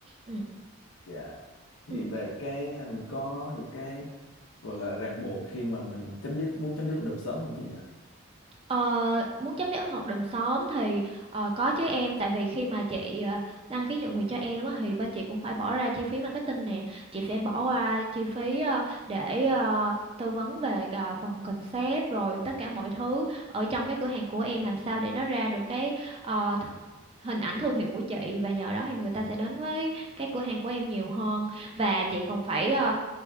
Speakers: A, on the right; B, on the left.
A: ừ
B: Dạ. Thì
A: ừ
B: về cái à, mình có những cái gọi là ràng buộc khi mà mình chấm dứt muốn chấm dứt hợp đồng sớm không chị nhỉ?
A: Ờ, muốn chấm dứt hợp đồng sớm thì ờ, có chứ em tại vì khi mà chị ờ, đăng ký nhượng quyền cho em á, thì bên chị cũng phải bỏ ra chi phí marketing nè chị phải bỏ qua chi phí ờ, để ờ, tư vấn về cả phần concept rồi tất cả mọi thứ ở trong cái cửa hàng của em làm sao để nó ra được cái ờ, th- hình ảnh thương hiệu của chị và nhờ đó thì người ta sẽ đến với cái cửa hàng của em nhiều hơn và chị còn phải ờ,